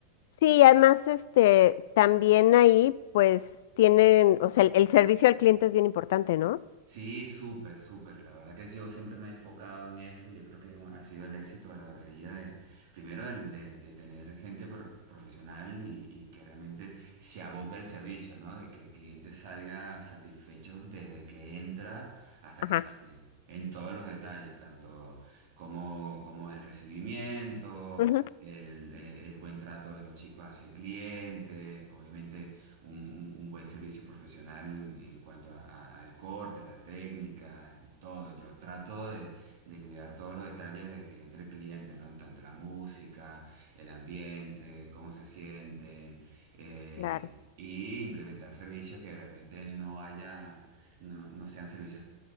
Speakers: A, on the left; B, on the right.
A: sí, además, este, también ahí, pues, tienen, o sea, el, el servicio al cliente es bien importante, ¿no?
B: Sí, súper, súper. La verdad que yo siempre me he enfocado en eso. Yo creo que es un- ha sido el éxito de la barbería de, primero del- de, de tener gente pro- profesional y, y que realmente se aboca el servicio, ¿no? De que el cliente salga satisfecho desde que entra hasta
A: Ajá,
B: que sale, en todos los detalles, tanto como, como es el recibimiento
A: Ujú,
B: el, el- el buen trato de los chicos hacia el cliente, obviamente un, un- un buen servicio profesional en cuanto a- a- al corte, las técnicas, todo. Yo trato de, de cuidar todos los detalles de que entre el cliente, ¿no? Tanto la música, el ambiente, cómo se sienten, eh,
A: claro.
B: y implementar servicios que de repente no haya, no, no sean servicios